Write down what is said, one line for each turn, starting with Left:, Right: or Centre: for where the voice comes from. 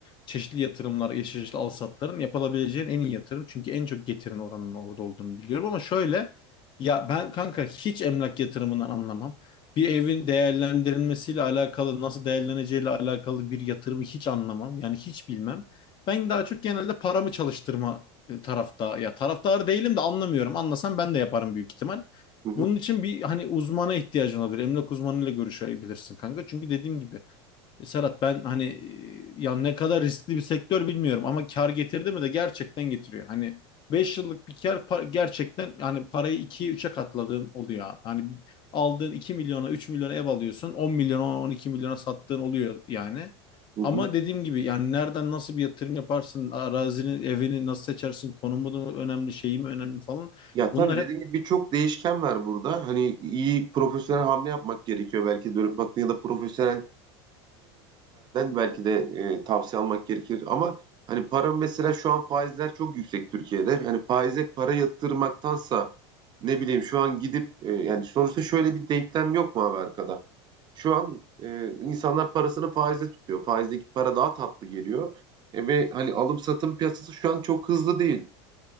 Left: çeşitli yatırımlar, çeşitli alsatların yapılabileceğin en iyi yatırım. Çünkü en çok getirin oranının orada olduğunu biliyorum ama şöyle ya ben kanka hiç emlak yatırımından anlamam. Bir evin değerlendirilmesiyle alakalı, nasıl değerleneceğiyle alakalı bir yatırımı hiç anlamam. Yani hiç bilmem. Ben daha çok genelde paramı çalıştırma e, tarafta ya taraftarı değilim de anlamıyorum. Anlasam ben de yaparım büyük ihtimal.
Right: Hı hı.
Left: Bunun için bir hani uzmana ihtiyacın olabilir. Emlak uzmanıyla görüşebilirsin kanka. Çünkü dediğim gibi e, Serhat ben hani e, ya ne kadar riskli bir sektör bilmiyorum ama kar getirdi mi de gerçekten getiriyor. Hani 5 yıllık bir kar pa- gerçekten yani parayı ikiye üçe katladığın oluyor abi. Hani aldığın iki milyona 3 milyona ev alıyorsun on milyona 12 milyona sattığın oluyor yani.
Right: Hı hı.
Left: Ama dediğim gibi yani nereden nasıl bir yatırım yaparsın, arazinin, evini nasıl seçersin, konumu da önemli, şeyi mi önemli falan.
Right: Ya tabii
Left: Bunlar
Right: dediğim
Left: hep
Right: gibi birçok değişken var burada. Hani iyi profesyonel hamle yapmak gerekiyor. Belki dönüp baktığında ya da profesyonellerden belki de e, tavsiye almak gerekir. Ama hani para mesela şu an faizler çok yüksek Türkiye'de. Hani faize para yatırmaktansa ne bileyim şu an gidip e, yani sonuçta şöyle bir denklem yok mu abi arkada? Şu an e, insanlar parasını faize tutuyor. Faizdeki para daha tatlı geliyor. E, ve hani alım satım piyasası şu an çok hızlı değil.